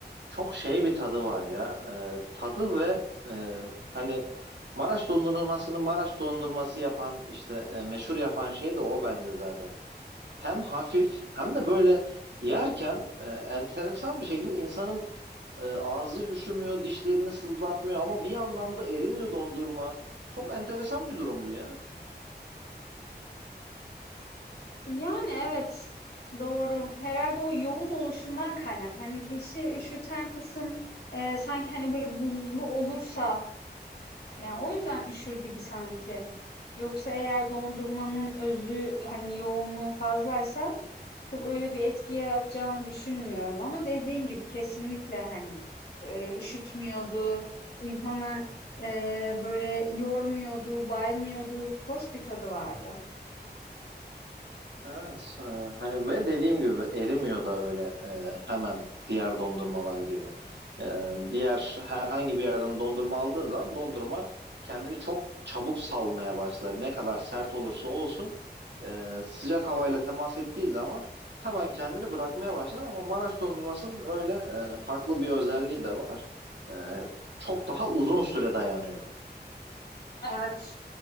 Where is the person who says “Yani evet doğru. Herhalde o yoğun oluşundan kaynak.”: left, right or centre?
Left